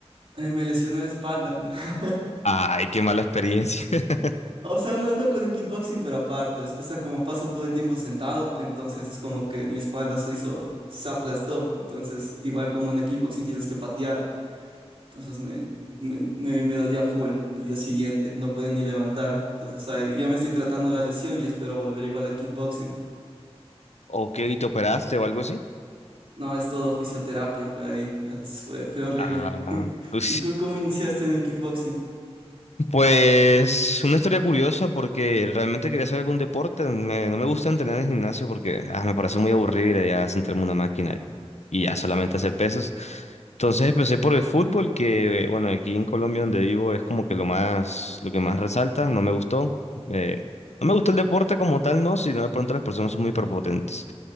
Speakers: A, on the right; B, on the left.
A: eh, me lesioné la espalda. <laughs>
B: Ay, qué mala experiencia. <laughs>
A: O sea, no, no con el kickboxing, pero aparte, o sea, como paso todo el tiempo sentado, entonces es como que mi espalda se hizo, se aplastó. Entonces, igual como en el kickboxing tienes que patear Entonces me, me, me- me dolía full el día siguiente, no podía ni levantarme. Entonces ahí ya me estoy tratando la lesión y espero volver igual a kickboxing.
B: ¿O qué? ¿Y te operaste o algo así?
A: No, es todo fisioterapia, fue ahí, es- fue, fue horrible.
B: Ah,
A: <laughs>
B: uy,
A: ¿Y tú cómo iniciaste en el kickboxing?
B: Pues una historia curiosa porque realmente quería hacer algún deporte. me- no me gusta entrenar en gimnasio porque ah, me parece muy aburrido ir allá a sentarme en una máquina y, y ya solamente hacer pesos. Entonces empecé por el fútbol que, eh, bueno, aquí en Colombia donde vivo es como que lo más, lo que más resalta. No me gustó. eh, no me gustó el deporte como tal, no, sino de pronto las personas son muy prepotentes.